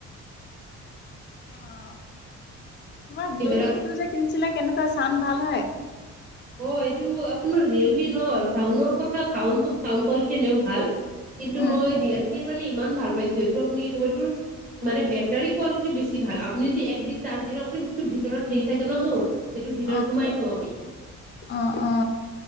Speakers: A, on the left; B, on the right.
A: অ তোমাৰ
B: সেইবিলাক
A: ব্লুটুথ টো যে কিনিছিলা? কেনেকুৱা চাউণ্ড ভাল হয়।
B: অ এইটো আপোনাৰ ৰিয়েলমি ন চাউণ্ড কথা চাউণ্ড চাউণ্ড কোৱালিটি এনেও ভাল। কিন্তু
A: উম
B: মই ৰিয়েলমিৰ মানে ইমান ভাল পাইছো এইটো আপুনি ক'ৰবাত। মানে বেটাৰী কোৱালিটি বেছি ভাল আপুনি যদি একদিন চাৰ্জ দিন আপুনি ভিতৰত হেৰি থাকে ন মোৰ। সেইটো ভিতৰত
A: অ
B: সোমাই থওঁ আমি।
A: অ অ।